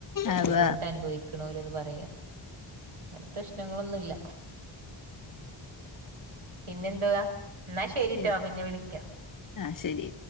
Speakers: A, on the left; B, on the right.
A: അതാ
B: ബുദ്ധിമുട്ട് അനുഭവി ക്ക്ണോല്ന്ന് പറയാ ന്നലും പ്രശ്നങ്ങളൊന്നുല്ല. പിന്നെന്തുവാ? എന്നാ ശരിട്ടോ
A: ശ
B: പിന്നെ വിളിക്കാം
A: ആഹ് ശരി.